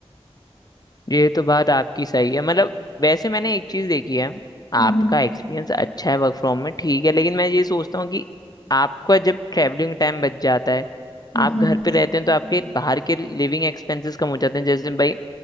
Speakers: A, on the left (about 40°); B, on the left (about 85°).
A: ये तो बात आपकी सही है मतलब वैसे मैंने एक चीज देखी है आपका
B: हम्म
A: एक्सपीरियंस अच्छा है वर्क फ्रॉम में ठीक है लेकिन मैं ये सोचता हूँ कि आपका जब ट्रैवलिंग टाइम बच जाता है
B: हम्म
A: आप
B: हम्म
A: घर पे रहते हैं तो आपके बाहर के लिविंग एक्सपेंसेस कम हो जाते हैं जैसे भाई